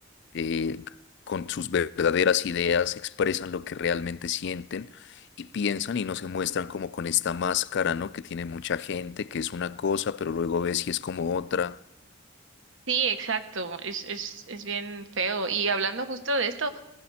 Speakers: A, on the left; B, on the right.
A: eh, con sus verdaderas ideas, expresan lo que realmente sienten y piensan y no se muestran como con esta máscara, ¿no? Que tiene mucha gente, que es una cosa, pero luego ves si es como otra.
B: Sí, exacto, es, es, es bien feo. Y hablando justo de esto,